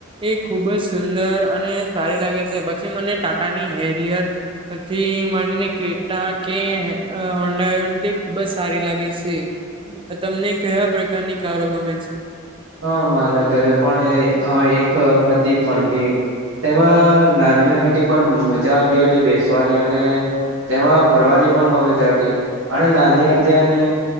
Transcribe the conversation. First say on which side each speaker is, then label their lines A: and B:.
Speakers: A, on the right; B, on the right.
A: એ ખુબ જ સુંદર અને સારી લાગે છે. પછી મને ટાટા ની હેરિયર હથી માંડીને ક્રેટા કે અહ હોંડા <unintelligible> ખુબ જ સારી લાગે છે. તમને કયા પ્રકારની કારો ગમે છે?
B: હા મારા ઘરે પણ એ અહ એક હતી ફંટી. તેમાં નાની હતી, પણ મજા આવતી હતી બેસવાની, અને તેમાં ફરવાની પણ મજા આવતી. અને નાની હતી અને